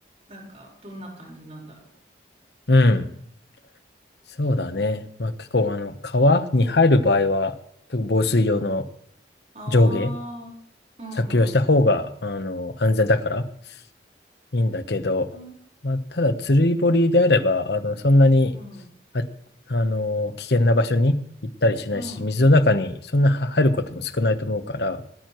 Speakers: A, on the right; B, on the left.
A: なんかどんな感じなんだろう。
B: うん。そうだね。まあ、結構、あの、川に入る場合は、結構防水用の
A: ああ、
B: 上下
A: うんう
B: 着用した方が、あの、安全だからいいんだけど、
A: ん。うーん、
B: まあ、ただ、釣り堀であれば、あの、そんなに、
A: うん、
B: あ、あの、危険な場所に行ったりしないし、
A: うん。
B: 水の中にそんな入ることも少ないと思うから、